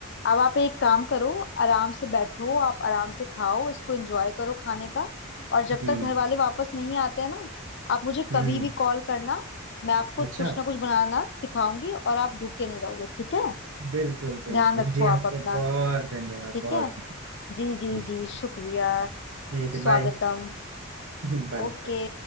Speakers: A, on the left; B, on the right.
A: अब आप एक काम करो आराम से बैठो आप आराम से खाओ इसको एंजॉय करो खाने का और जब
B: जी
A: तक घर वाले वापस नहीं आते हैं ना आप मुझे
B: हम्म
A: कभी भी कॉल करना मैं आपको
B: अच्छा
A: कुछ ना कुछ बनाना सिखाऊंगी और आप भूखे नहीं रहोगे ठीक है
B: बिल्कुल बिल्कुल
A: ध्यान रखो
B: जी
A: आप
B: आपका
A: अपना
B: बहुत धन्यवाद
A: ठीक
B: बहुत
A: है
B: बहुत।
A: जी
B: ठीक
A: जी जी शुक्रिया
B: ठीक है
A: स्वागतम
B: बाय <laughs> बाय
A: ओके